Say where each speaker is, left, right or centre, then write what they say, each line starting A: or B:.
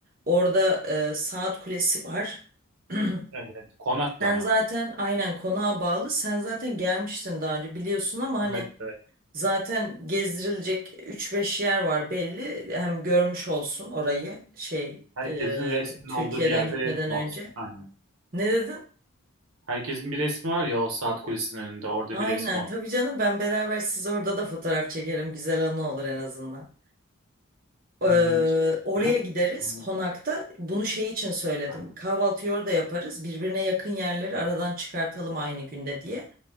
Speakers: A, on the right; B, on the right.
A: Orada e, saat kulesi var. <clears throat>
B: evet, konaklama.
A: Sen zaten aynen konağa bağlı. Sen zaten gelmiştin daha önce biliyorsun ama hani
B: Evet, evet.
A: zaten gezdirilecek üç beş yer var belli. Hem görmüş olsun orayı şey
B: Herkesin
A: e,
B: resmin
A: Türkiye'den
B: olduğu bir yerde
A: gitmeden
B: resmi
A: önce.
B: olsun. Aynen.
A: Ne dedin?
B: Herkesin bir resmi var ya o saat kulesinin önünde. Orada
A: Aynen
B: bir resmi olsun.
A: tabii canım ben beraber siz orada da fotoğraf çekerim. Güzel anı olur en azından.
B: Hmm,
A: Ee,
B: şey
A: oraya
B: diyeceğim.
A: gideriz
B: Hı,
A: konakta. Bunu şey için söyledim.
B: aynen.
A: Kahvaltıyı orada yaparız. Birbirine yakın yerleri aradan çıkartalım aynı günde diye.